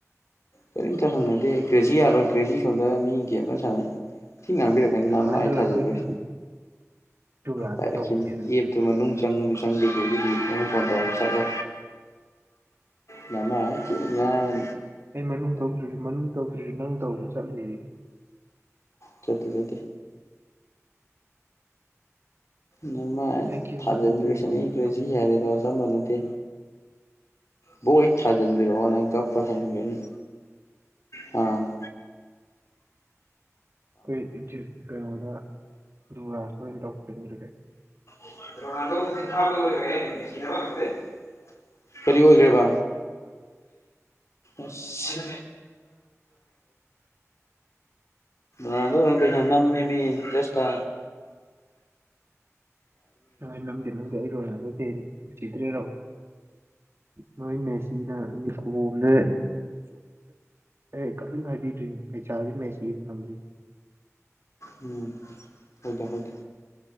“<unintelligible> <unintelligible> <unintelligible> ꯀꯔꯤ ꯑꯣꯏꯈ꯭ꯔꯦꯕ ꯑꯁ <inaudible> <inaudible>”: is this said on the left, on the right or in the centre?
Left